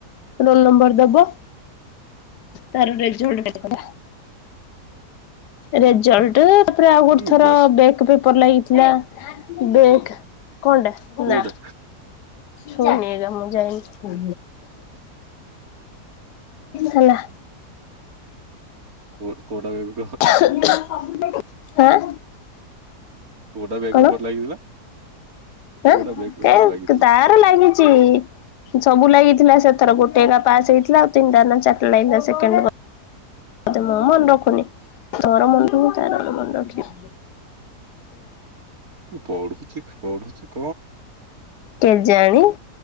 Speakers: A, on the left; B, on the right.
A: ରୋଲ ନମ୍ବର ଦବ। ତାର ରେଜଲ୍ଟ ଦେଖିବା। ରେଜଲ୍ଟ
B: ହୁଁ
A: ତାପରେ ଆଉ ଗୋଟେ
B: ଆରେ
A: ଥର
B: ବେଶ
A: ବେକ୍ ପେପ ପେପରେ ଲାଗିଥିଲା ବେକ୍ କଣଟା
B: କୋଉଟା
A: ନା। ଛୁଇଁନି ଏଟା ମୁଁ ଯାଇନି ହେଲା।
B: କୁହନ୍ତୁ କୋଉଟା କହିବୁ?
A: ହାଁ
B: କୋଉଟା ବେକଅପ୍
A: କଣ?
B: ଲାଗିଥିଲା କୋଉଟା
A: ଆଁ
B: ବେକଅପ୍
A: କାଇଁ
B: ଲାଗିଥିଲା?
A: ତାର ଲାଗି ଚି ସବୁ ଲାଗିଥିଲା ସେଥର ଗୋଟେ ଏକା ପାସ୍
B: ହୁଁ।
A: ହେଇଥିଲା ଆଉ ତିନିଟା ନା ଚାରିଟା ଲାଗିଥିଲା ସେକେଣ୍ଡ ପେ ନ୍ତୁ ମୁଁ ମନେ ରଖୁନି ତୋର ମନେ ରହୁ ତାର ମନ ରଖିବ।
B: ପଢୁଛି-ପଢୁଛି।
A: କେଜାଣି